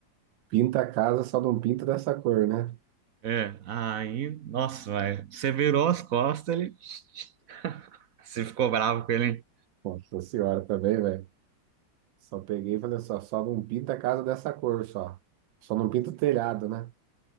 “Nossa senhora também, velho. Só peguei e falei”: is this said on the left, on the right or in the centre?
Right